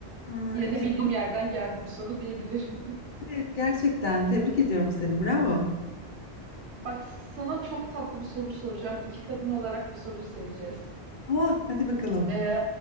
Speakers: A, on the left; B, on the right.
A: Ha,
B: Yine
A: evet
B: de bildiğim yerden geldi bu soru diyebilirim.
A: evet gerçekten tebrik ediyorum seni bravo.
B: <laughs> Bak sana çok tatlı bir soru soracağım. İki kadın olarak bu soruyu seveceğiz.
A: Ah hadi bakalım.
B: E,